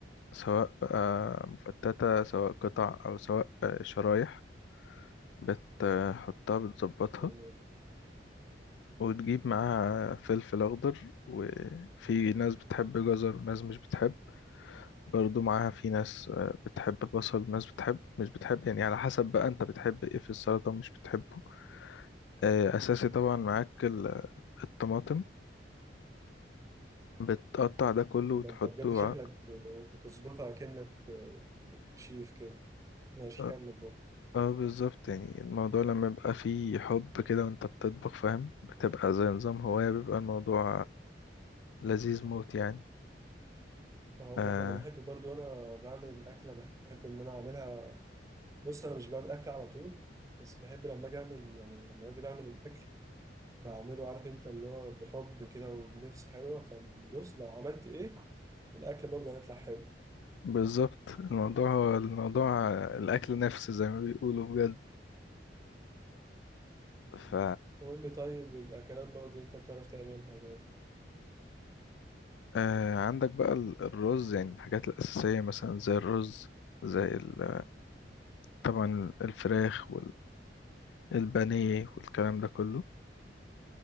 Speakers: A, on the left; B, on the right.
A: سواء آه مفتتة سواء قطع او سواء آه شرايح بتحطها بتظبطها
B: يعني
A: وتجيب معاها فلفل اخضر وفي ناس بتحب جزر وناس مش بتحب برضو معاها في ناس آه، بتحب بصل وناس بتحب مش بتحب يعني على حسب بقى انت بتحب ايه في السلطة ومش بتحبه آه، اساسي طبعا معاك الطماطم بتقطع ده كله
B: ده
A: وتحطه
B: انت بجد شكلك
A: ع-
B: ب- بتظبطها كأنك شيف كده ماشي
A: اه
B: كمل برضه
A: آه، بالظبط يعني الموضوع لما يبقى فيه حب كده وانت بتطبخ فاهم بتبقى زي نظام هواية بيبقى الموضوع لذيذ موت يعني
B: اه
A: آه
B: برضه انا بحب برضه انا بعمل الاكله بحب ان انا اعملها بص انا مش بعمل اكل على طول بس بحب لما اجي اعمل يعني لما اجي بعمل الاكل بعمله عارف انت اللي هو بحب كده ونفسي حلوة فبص لو عملت ايه الأكل برضه هيطلع حلو
A: بالظبط الموضوع هو الموضوع الأكل نفسه زي ما بيقولوا بجد ف
B: قول لي طيب الأكلات برضه انت بتعرف تعملها بقى.
A: آه عندك بقى ال- الرز يعني الحاجات الأساسية مثلا زي الرز زي ال- طبعا الفراخ والبانيه والكلام ده كله